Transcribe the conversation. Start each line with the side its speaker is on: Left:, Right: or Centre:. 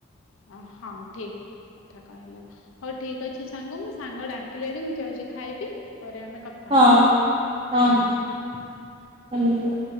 Left: ହଁ ହଁ ଠିକ୍। କଥା କହିଲ ହଉ ଠିକ ଅଛି ସାଙ୍ଗ ମୁଁ ସାଙ୍ଗ ଡାକିଲେଣି ମୁଁ ଯାଉଛି ଖାଇବି ପରେ ଆମେ କ
Right: ହଁ ହଁ ଧନ୍ୟବାଦ।